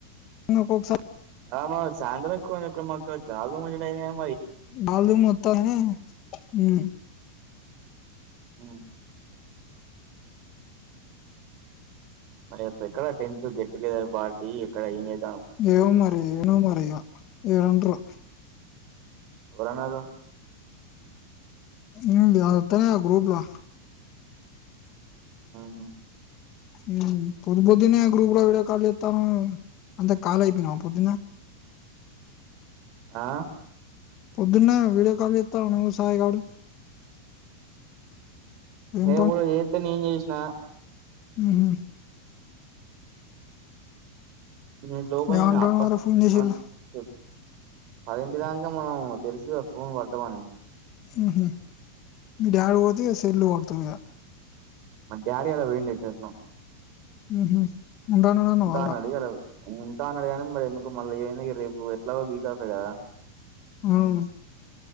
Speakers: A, on the left; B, on the right.
A: నోక్కోసారి
B: ఆ మా సాంద్రం కొ ఒకక్కడ మాకు గాలి దుమ్ము గింట అయింది గాని
A: గారి దుమ్ము అత్తంది ఉమ్
B: ఉమ్ మే పే ఎక్కడ టెన్త్ గెట్ టుగెదర్ పార్టీ ఎక్కడ ఏ
A: ఏమో మరి ఏమో మరి ఇగ ఏమంటారో
B: ఎవరన్నారు
A: ఉమ్ వాడొత్తాడు కదా గ్రూప్లో
B: ఉహూ
A: ఉమ్ పొద్దు పొద్దున్నే గ్రూపులో వీడియో కాల్ చేతన్నావ్ నువ్వు అంత కాలే అక్కినవా పొద్దున్న
B: ఆ
A: పొద్దున్నే వీడియో కాల్ చేతల్లు నువ్వు సాయి గాడు ఏం
B: ఎవరో చెత్తే నేను చేసిన
A: ఉహూ
B: నేను ఇట్లా ఓపెన్
A: ఏమంటాండు
B: చేసిన
A: మరి ఫోన్ చేసిళ్ళు
B: <inaudible> పది <unintelligible> మనం తెలుసుగా ఫోన్ పడ్డమని
A: ఉహూ మీ డాడీ పోతే ఇక సెల్లు కొడతారు ఇగ
B: మా డాడీ ఇయాల పోయిండు అటేటునో.
A: ఉహూ ఉండా అన్నాడు అన్నావు కదారా
B: అన్నాడు ఇయాల ఉంటా అన్నాడు కాగానీ మరి ఎందుకు మళ్ళీ ఏమైంది రేపు ఎట్లాగో వీక్ అవుపోయి కదా
A: అవును